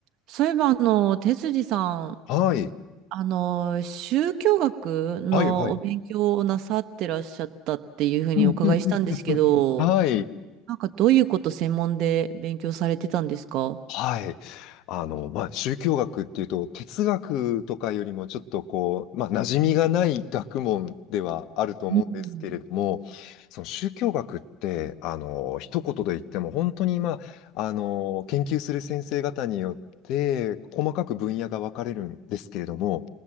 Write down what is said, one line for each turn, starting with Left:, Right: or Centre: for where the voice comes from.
Right: そういえば、あの、哲司さん、
Left: はい。
Right: あの、宗教学のお勉強をなさってらっしゃったっていうふうにお伺いしたんですけど、
Left: はい、はい。うんうんうんうんうんはい。
Right: なんかどういうこと専門で勉強されてたんですか
Left: はい。あの、まあ、宗教学っていうと、哲学とかよりもちょっとこう、まあ、馴染みがない学問ではあると思うんですけれども、
Right: うん。
Left: その宗教学って、あの、一言で言っても、本当に、まあ、あの、研究する先生方によって、細かく分野が分かれるんですけれども、